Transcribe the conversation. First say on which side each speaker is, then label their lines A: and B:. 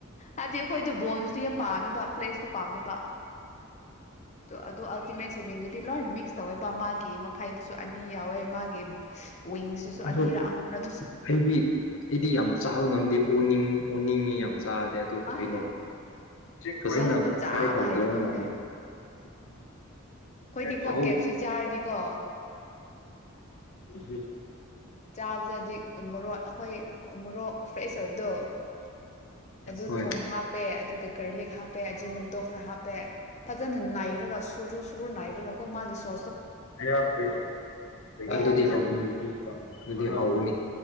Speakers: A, on the left; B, on the left.
A: ꯍꯥꯏꯕꯗꯤ ꯑꯩꯈꯣꯏ ꯕꯣꯟꯁꯨꯁꯨ ꯌꯥꯝ ꯄꯥꯝꯃꯦ ꯕꯥꯞ ꯂꯩ ꯄꯥꯝꯗꯕ ꯑꯣ ꯑꯗꯨ ꯑꯜꯇꯤꯃꯦꯠ ꯁꯦꯚꯤꯡꯗꯨꯗꯤ ꯂꯣꯏꯅ ꯃꯤꯛꯁ ꯇꯧꯋꯦꯕ ꯃꯥꯒꯤ ꯑꯩꯅꯁꯨ ꯑꯅꯤ ꯌꯥꯎꯋꯦ ꯃꯥꯒꯤ ꯋꯤꯡꯁꯇꯨꯁꯨ
B: ꯑꯗꯣ
A: ꯑꯅꯤꯔ ꯑꯍꯨꯝꯔ ꯑꯗꯨꯝ
B: ꯑꯩꯗꯤ ꯑꯩꯗꯤ ꯌꯥꯝ ꯆꯥꯕ ꯉꯝꯗꯦ ꯑꯣꯅꯤꯡ ꯑꯣꯅꯤꯡꯉꯤ ꯌꯥꯝ ꯆꯥꯗꯦ ꯑꯗꯨ
A: ꯑꯦ
B: ꯀꯩꯅꯣ ꯐꯖꯅ
A: ꯅꯪꯅ ꯆꯥꯕ
B: ꯇ꯭ꯔꯥꯏ ꯇꯧꯗꯕ
A: ꯍꯩꯗꯕꯒꯅꯦ
B: ꯃꯥꯜꯂꯦ ꯍ
A: ꯑꯩꯈꯣꯏꯗꯤꯀꯣ
B: ꯇ
A: ꯀꯦꯞꯁꯤ ꯆꯥꯔꯗꯤꯀꯣ
B: ꯏ <unintelligible>
A: ꯆꯥꯕꯁꯗꯤ ꯃꯣꯔꯣꯛ ꯑꯩꯈꯣꯏ ꯃꯣꯔꯣꯛ ꯐ꯭ꯔꯦꯁ ꯑꯣꯏꯕꯗꯣ ꯑꯗꯨ
B: ꯍꯣꯏ
A: ꯊꯣꯨꯝ ꯍꯥꯞꯄꯦ ꯑꯗꯨꯒ ꯒꯥꯔꯂꯤꯛ ꯍꯥꯞꯄꯦ ꯍꯥꯞꯄꯦꯖꯤ ꯅꯨꯃꯤꯇꯣ ꯈꯔ ꯍꯥꯞꯄꯦ ꯐꯖꯅ ꯅꯥꯏꯔꯒ ꯁꯨꯔꯨ ꯁꯨꯔꯨ ꯅꯥꯔꯒ ꯀꯣ ꯃꯥꯒꯤ ꯁꯣ
B: ꯑꯗꯨ ꯑꯗꯨꯗꯤ
A: ꯍꯥꯏꯕꯅꯦ
B: ꯑꯗꯨꯗꯤ ꯍꯒꯅꯤ